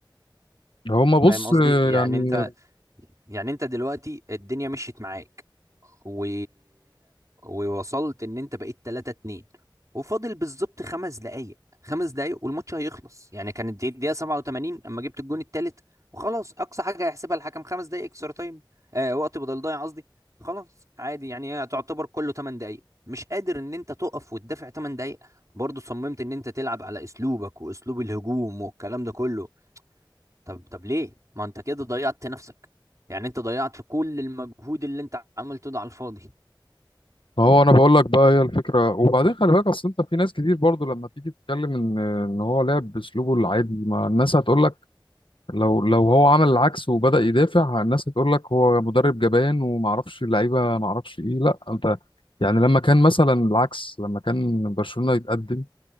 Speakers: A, on the left; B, on the right.
A: هما بص
B: فاهم قصدي يعني
A: يعني
B: انت يعني انت دلوقتي الدنيا مشيت معاك و... ووصلت ان انت بقيت 3 2 وفاضل بالظبط خمس دقايق خمس دقايق والماتش هيخلص يعني كانت دي الدقيقة 87 اما جبت الجون التالت وخلاص اقصى حاجة هيحسبها الحكم خمس دقايق اكسترا تايم آه وقت بدل ضايع قصدي خلاص عادي يعني هي تعتبر كله 8 دقايق مش قادر ان انت تقف وتدافع 8 دقايق برضه صممت ان انت تلعب على اسلوبك واسلوب الهجوم والكلام ده كله طب طب ليه ما انت كده ضيعت نفسك يعني انت ضيعت كل المجهود اللي انت عملته ده على الفاضي
A: ما هو انا بقول لك بقى هي الفكره وبعدين خلي بالك اصل انت في ناس كتير برضو لما تيجي تتكلم ان ان هو لعب باسلوبه العادي ما الناس هتقول لك لو لو هو عمل العكس وبدا يدافع الناس هتقول لك هو مدرب جبان وما اعرفش اللعيبه ما اعرفش ايه لا انت يعني لما كان مثلا العكس لما كان برشلونه يتقدم